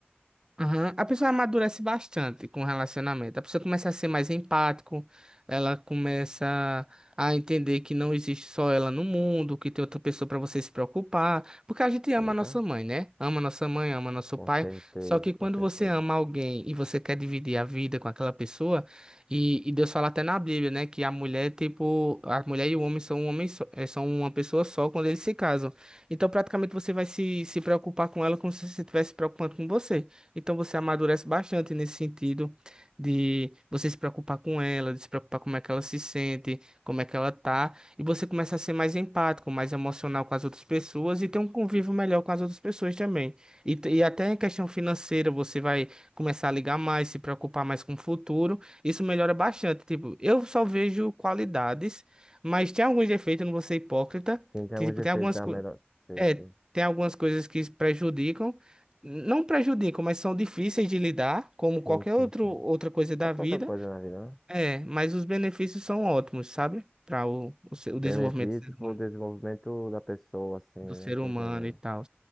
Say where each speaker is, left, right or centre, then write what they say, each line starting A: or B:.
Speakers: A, on the right; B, in the centre.
A: Aham. A pessoa amadurece bastante com o relacionamento. A pessoa começa a ser mais empático, ela começa a entender que não existe só ela no mundo, que tem outra pessoa para você se preocupar, porque a gente ama
B: Eita,
A: a nossa mãe, né? Ama nossa mãe, ama nosso
B: com
A: pai.
B: certeza,
A: Só que quando
B: com certeza.
A: você ama alguém e você quer dividir a vida com aquela pessoa, e, e Deus fala até na Bíblia, né, que a mulher, tipo, a mulher e o homem são um homem só, eh, são uma pessoa só quando eles se casam. Então, praticamente você vai se, se preocupar com ela como se você estivesse se preocupando com você. Então você amadurece bastante nesse sentido de você se preocupar com ela, de se preocupar como é que ela se sente, como é que ela tá, e você começa a ser mais empático, mais emocional com as outras pessoas e ter um convívio melhor com as outras pessoas também. E, t- e até em questão financeira, você vai começar a ligar mais, se preocupar mais com o futuro. Isso melhora bastante. Tipo, eu só vejo qualidades, mas tem alguns defeitos, eu não vou ser hipócrita.
B: Sim, tem
A: Tipo,
B: alguns efeitos
A: tem algumas
B: da
A: coisas.
B: melhor. Sei,
A: É,
B: sei.
A: tem algumas coisas que prejudicam, não prejudicam, mas são difíceis de lidar, como
B: Sim,
A: qualquer
B: sim,
A: outro,
B: sim.
A: outra coisa da
B: Qualquer
A: vida.
B: outra coisa na vida, né?
A: É, mas os benefícios são ótimos, sabe? Para o, o, ser- o
B: Benefício
A: desenvolvimento do ser
B: pro
A: humano,
B: desenvolvimento da pessoa, assim,
A: do ser
B: né? Tá
A: humano
B: entendendo?
A: e tal.